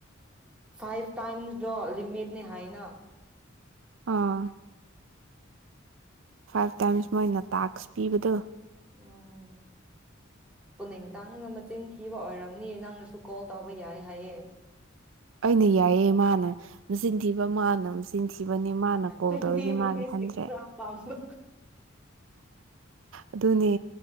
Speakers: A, in the centre; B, on the right.
A: ꯐꯥꯏꯚ ꯇꯥꯏꯝꯁꯇꯣ ꯂꯤꯔꯤꯃꯦꯠꯅꯦ ꯍꯥꯏꯅ
B: ꯑꯥ ꯐꯥꯏꯚ ꯇꯥꯏꯝꯁ ꯃꯣꯏꯅ ꯇꯥꯛꯁ ꯄꯤꯕꯗꯨꯣ
A: ꯎꯝ ꯄꯨꯅꯤꯡ ꯇꯥꯡꯅ ꯃꯆꯤꯟ ꯊꯤꯕ ꯑꯣꯏꯔꯝꯅꯤ ꯅꯪꯅꯁꯨ ꯀꯣꯜ ꯇꯧꯕ ꯌꯥꯏ ꯍꯥꯏꯌꯦ
B: ꯑꯩꯅ ꯌꯥꯏꯌꯦ ꯃꯥꯅ ꯆꯤꯟꯊꯤꯕ ꯃꯥꯅ ꯁꯨꯝ ꯆꯤꯟꯊꯤꯕꯅꯤ ꯃꯥꯅ ꯀꯣꯜ
A: ꯇ꯭ꯋꯦꯟꯇꯤ
B: ꯇꯧꯔꯗꯤ
A: ꯔꯨꯄꯤꯁ
B: ꯃꯥꯒꯤ ꯍꯟꯗ꯭ꯔꯦ
A: ꯑꯦꯛꯁꯇ꯭ꯔꯥ ꯄꯥꯝꯕ
B: ꯑꯗꯨꯅꯦ